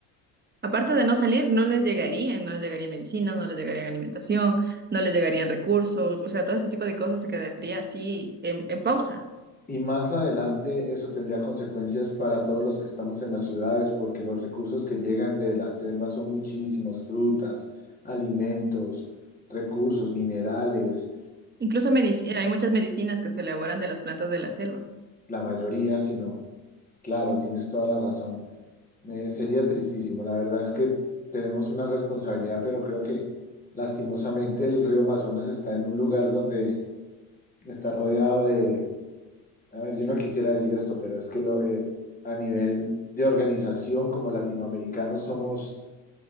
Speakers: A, on the right (about 20°); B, on the left (about 20°).
A: Aparte de no salir, no les llegarían, no les llegaría medicinas, no les llegarían alimentación, no les llegarían recursos, o sea, todo ese tipo de cosas se quedaría así en, en pausa.
B: Y más adelante eso tendría consecuencias para todos los que estamos en las ciudades, porque los recursos que llegan de la selva son muchísimos, frutas, alimentos, recursos, minerales,
A: Incluso medici- hay muchas medicinas que se elaboran de las plantas de la selva.
B: la mayoría, si no. Claro, tienes toda la razón. Eh, sería tristísimo. La verdad es que tenemos una responsabilidad, pero creo que lastimosamente el río Amazonas está en un lugar donde está rodeado de A ver, yo no quisiera decir esto, pero es que lo, eh, a nivel de organización como latinoamericanos somos,